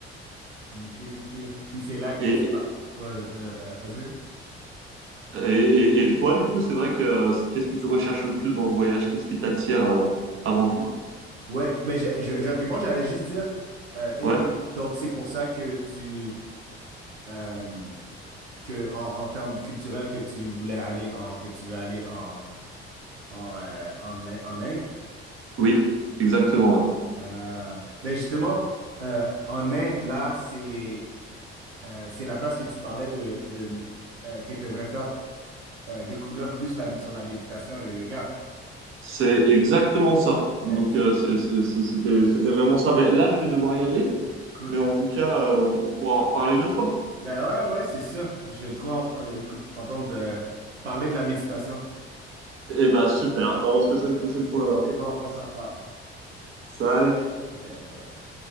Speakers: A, on the right; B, on the right.
A: OK, OK, OK. Puis c'est là que
B: Et,
A: tu... vas- Ouais, euh, euh, vas-y, vas-y.
B: et, et- et toi, du coup, c'est vrai que euh, c'est- qu'est-ce que tu recherches le plus dans le voyage? Qu'est-ce qui t'attire euh, avant tout?
A: Ouais, ben je, je, je vais te répondre, j'allais juste dire, euh, et,
B: Ouais,
A: et donc c'est pour ça que tu, euh, que en, en termes culturels, que tu voulais aller en, que tu veux aller en, en, euh, en, In- en Inde.
B: oui, exactement, ouais.
A: Euh, ben justement, euh, en Inde, là, c'est euh, c'est la place que tu parlais de, de euh, que tu aimerais faire euh, découvrir plus la, sur la méditation et le yoga.
B: C'est exactement ça.
A: Mais
B: Donc,
A: c'est
B: euh, c'est- c'est- c'est- c'était, c'était vraiment ça. Ben, là, je vais devoir y aller,
A: cool.
B: mais en tout cas, euh, on, on pourra en reparler une autre fois.
A: Ben ouais, ouais, c'est sûr. Je trouve, euh, écoute, entendre de- parler de la méditation.
B: Eh ben, super. Ben, on se fait ça une prochaine fois alors.
A: C'est bon, on s'en reparle.
B: Salut!
A: OK, OK, ouais.